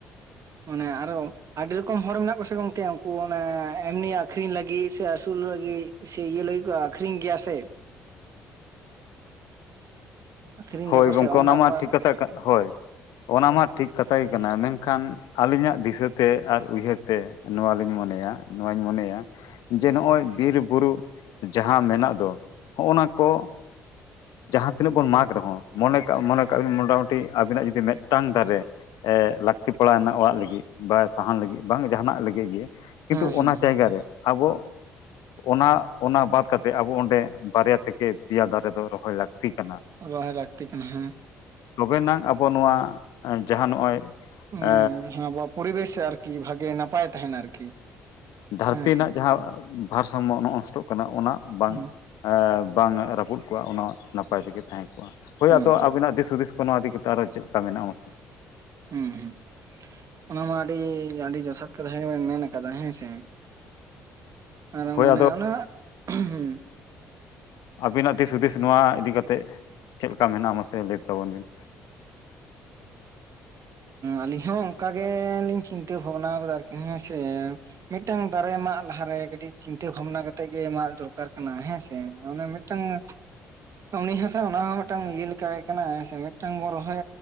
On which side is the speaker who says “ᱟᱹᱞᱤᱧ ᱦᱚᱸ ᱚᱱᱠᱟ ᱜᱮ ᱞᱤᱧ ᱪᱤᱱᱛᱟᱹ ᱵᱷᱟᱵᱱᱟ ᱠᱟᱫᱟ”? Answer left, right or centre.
Right